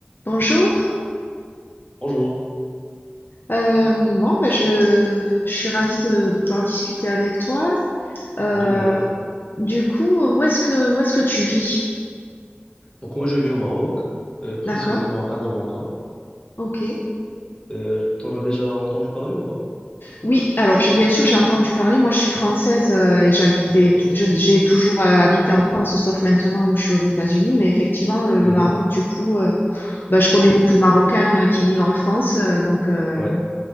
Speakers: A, on the left (about 55°); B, on the left (about 25°).
A: Bonjour,
B: Bonjour,
A: Euh, bon, ben, je, je suis ravie de, de pouvoir discuter avec toi. Euh,
B: de même.
A: du coup, où est-ce que, où est-ce que tu vis?
B: Donc moi je vis au Maroc, euh, précisément
A: D'accord,
B: à Casablanca.
A: ok.
B: Euh, t'en as déjà entendu parler ou pas?
A: Oui, alors j'ai bien sûr, j'ai entendu parler, moi je suis française euh, et j'habitais,
B: D'accord.
A: je- j'ai toujours euh, habité en France, sauf maintenant où je suis aux États-Unis, mais effectivement, le, le
B: Mhm.
A: Maroc, du coup, euh, ben, je connais beaucoup de Marocains euh, qui vivent en France, euh, donc euh,
B: Ouais,